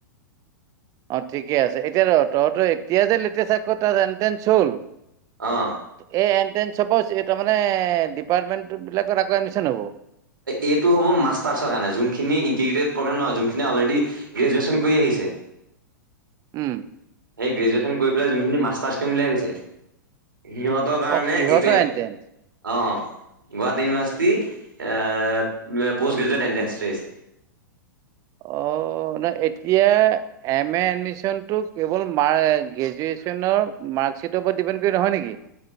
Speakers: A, on the right (about 30°); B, on the right (about 80°).
A: অ ঠিকে আছে। এতিয়া তহঁতৰ এতিয়া যে লেটেষ্ট <unintelligible>
B: অ।
A: এ এনট্ৰেঞ্চ হ'ব তাৰ মানে ডিপাৰ্টমেন্ট বিলাকত আকৌ এডমিচন হ'ব।
B: এইটো হ'ব মাষ্টাৰ্চৰ কাৰণে। যোনখিনি ইণ্টিগ্ৰেটেড প্ৰগেম নহয় যোনখিন অলৰেডি গ্ৰেজুৱেশ্যন কৰি আহিছে।
A: উম।
B: সেই গ্ৰেজুৱেশচন কৰি পেলাই যোনখিনি মাষ্টাৰছ কৰিম বুলি ভাবিছে। সিহঁত কাৰণে
A: অ সিহঁতৰ
B: ইতিয়া
A: এন্ট্ৰেন্স
B: অ Guwahati university post graduate entrance test.
A: অ ন এতিয়া এম এ এডমিশনটো কেৱল মাৰ গ্ৰেজুৱেশ্যনৰ মাৰ্কশ্বিটৰ ওপৰত ডিপেণ্ড কৰি নহয় নেকি?